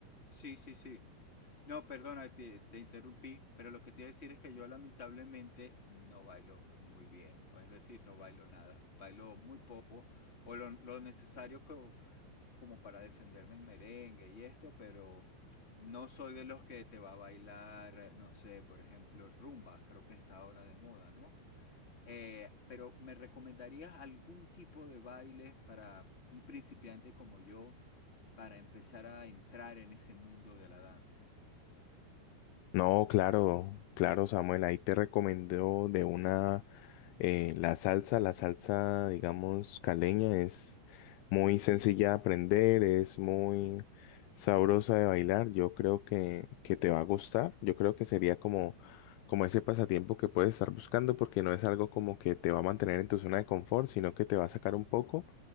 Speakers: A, on the left; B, on the left.
A: Sí, sí, sí. No, perdona, te, te interrumpí, pero lo que te iba a decir es que yo lamentablemente no bailo muy bien, o es decir, no bailo nada, bailo muy poco, o lo, lo necesario que, como para defenderme en merengue y esto, pero no soy de los que te va a bailar, no sé, por ejemplo, rumba, creo que está ahora de moda, ¿no? Eh, pero ¿me recomendarías algún tipo de bailes para un principiante como yo para empezar a entrar en ese mundo de la danza?
B: No, claro, claro, Samuel, ahí te recomendó de una eh, la salsa, la salsa, digamos, caleña es muy
A: Ujú.
B: sencilla de aprender, es muy sabrosa de bailar. Yo creo que, que te va a gustar. Yo creo que sería como, como ese pasatiempo que puedes estar buscando, porque no es algo como que te va a mantener en tu zona de confort, sino que te va a sacar un poco